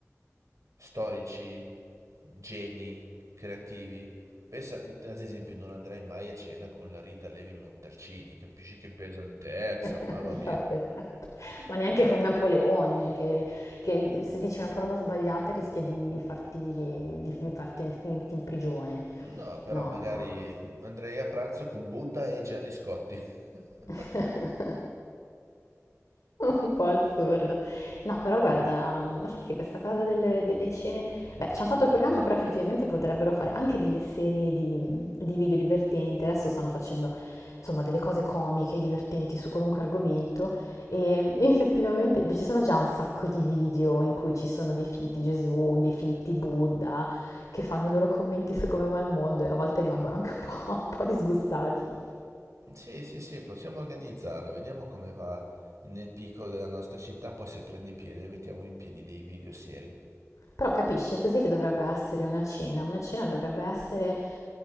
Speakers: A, on the right; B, on the left.
A: storici, geni, creativi. Pensa, ad esempio, non andrei mai a cena con la Rita Levi Montalcini, capisci che pesantezza, mamma
B: <laughs>
A: mia.
B: vabbè, fatta. Ma neanche con Napoleone, eh, che, che se dici una parola sbagliata rischia di, di farti, di- di farti- di finirti in prigione.
A: No, però
B: No,
A: magari
B: no,
A: andrei a pranzo con Buddha e Gerry Scotti. <laughs>
B: <laughs> Un po' assurdo. No, però guarda, ma sai che questa cosa delle, delle cene... Beh, ci hanno fatto il programma, però effettivamente potrebbero fare anche delle serie di, di video divertenti. Adesso stanno facendo, insomma, delle cose comiche, divertenti su qualunque argomento. E, e effettivamente, beh, ci sono già un sacco di video in cui ci sono dei finti Gesù, dei finti Buddha, che fanno i loro commenti su come va il mondo e a volte rimangono anche un po', <laughs> un po' disgustati.
A: Sì, sì, sì, possiamo organizzarlo, vediamo come va nel piccolo della nostra città, poi se prende piede mettiamo in piedi dei video seri.
B: Però capisci, è così che dovrebbe essere una cena. Una cena dovrebbe essere